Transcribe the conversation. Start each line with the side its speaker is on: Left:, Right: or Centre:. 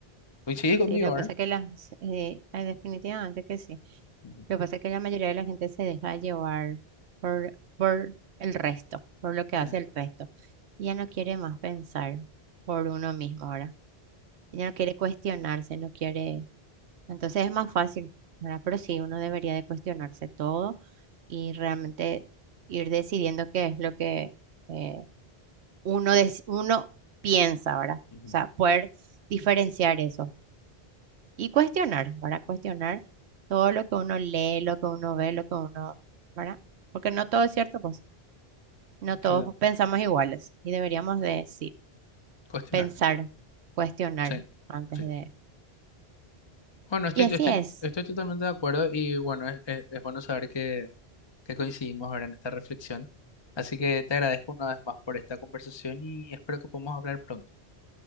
Left: Coincide conmigo,
Right: Sí, lo que
Left: ¿verdad?
Right: pasa es que las, eh, ay, definitivamente que sí.
Left: Ujú,
Right: Lo que pasa es que la mayoría de la gente se deja llevar por, por el resto, por lo que
Left: sí,
Right: hace el resto. Y ya no quiere más pensar por uno mismo ahora. Ya no quiere cuestionarse, no quiere. Entonces es más fácil, ¿verdad? Pero sí, uno debería de cuestionarse todo y realmente ir decidiendo qué es lo que eh, uno, des- uno piensa ahora. O
Left: ujú,
Right: sea, poder diferenciar eso. Y cuestionar, para cuestionar todo lo que uno lee, lo que uno ve, lo que uno, ¿verdad? Porque no todo es cierto, pues no
Left: Exactamente.
Right: todos pensamos iguales y deberíamos de, sí,
Left: Cuestionarlo.
Right: pensar, cuestionar
Left: Sí,
Right: antes
Left: sí.
Right: de...
Left: Bueno, estoy,
Right: Y así
Left: estoy,
Right: es,
Left: estoy totalmente de acuerdo y bueno, es, es- es bueno saber que, que coincidimos ahora en esta reflexión. Así que te agradezco una vez más por esta conversación y espero que podamos hablar pronto.